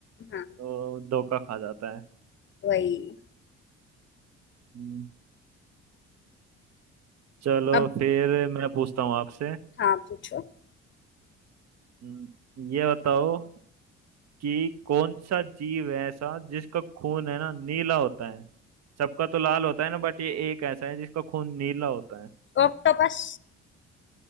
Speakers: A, on the left (about 40°); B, on the right (about 55°).
A: हाँ
B: तो धोखा खा जाता है
A: वही
B: हम्म, चलो
A: अब
B: फिर मैं पूछता हूँ आपसे
A: हाँ पूछो
B: हम्म, ये बताओ कि कौन सा जीव है ऐसा जिसका खून है ना नीला होता है सबका तो लाल होता है ना बट ये एक ऐसा है जिसका खून नीला होता है
A: तो ऑक्टोपस